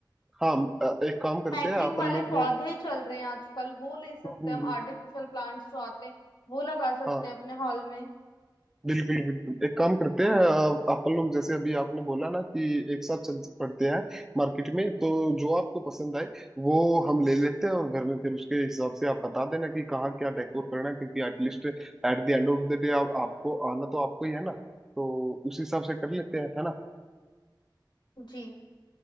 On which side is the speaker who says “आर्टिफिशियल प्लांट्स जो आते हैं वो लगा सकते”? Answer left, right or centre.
Left